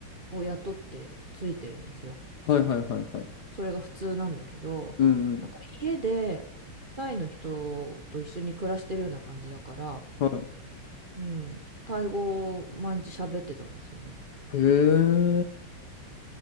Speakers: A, on the right; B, on the left.
A: を雇ってついてるんですよ。
B: い、はい、はい、はい、はい。
A: それが普通なんだけど、
B: うん、うん。
A: だから家でタイの人と一緒に暮らしてるような感じだから、
B: は
A: うん、タイ語を毎日喋ってたんですよね。
B: い。へ